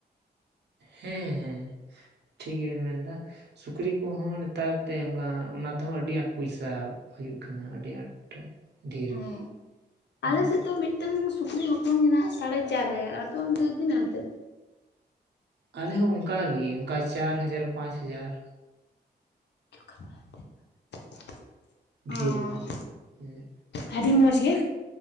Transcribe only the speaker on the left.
ᱦᱚᱸ
ᱟᱞᱮ ᱥᱮᱜ ᱫᱚ ᱢᱤᱫᱼᱼ ᱢᱤᱫᱴᱟᱝ ᱥᱩᱠᱨᱤ ᱦᱚᱯᱚᱱ ᱜᱮ ᱱᱟᱦᱟᱸᱜ ᱥᱟᱲᱮ ᱪᱟᱨ ᱦᱟᱡᱟᱨ ᱟᱨ ᱟᱯᱮ ᱚᱱᱛᱮ ᱫᱚ ᱛᱤᱱᱟᱹᱜ ᱠᱟᱛᱮᱜ?
<unintelligible>
ᱚᱸᱻ ᱟᱸᱨᱻ᱾
ᱦᱟᱰᱤ ᱢᱚᱸᱡᱽ ᱜᱮ